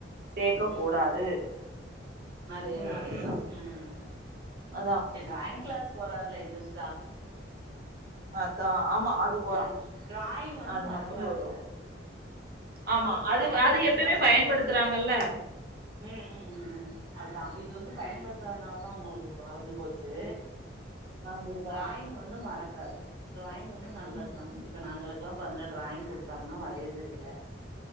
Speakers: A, on the right; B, on the right.
A: சேக்க
B: ம்
A: கூடாது
B: ம் ம் அதேதா
A: ம்
B: அதேதா ம்
A: அதான்
B: சரி டிராயிங் கிளாஸ் போறார்ல இன்ட்ரெஸ்டா
A: அதா ஆமா அது போறா
B: அ டிராயிங் வந்து
A: அது
B: மறக்காதுங்க
A: மட்டூ போயிருவா ஆமா
B: டிராயிங்
A: அது அது
B: வந்து
A: எப்பய்மே
B: மறக்காது
A: பயன்படுத்துறாங்கல்ல
B: ம் ம் ம் ம் அத்தா இது வந்து பயன்படுத்தாத்னால தா அவுங்களுக்கு பறந்து போச்சு
A: அதுதான்
B: ட்ராயிங் வந்து மறக் காது ட்ராயிங் வந்து நல்லது
A: ம்
B: தா இப்ப நாங்களுக்கெல்லாம் பாருங்க ட்ராயிங் குடுத்தாங்கன்னா வரைய தெரில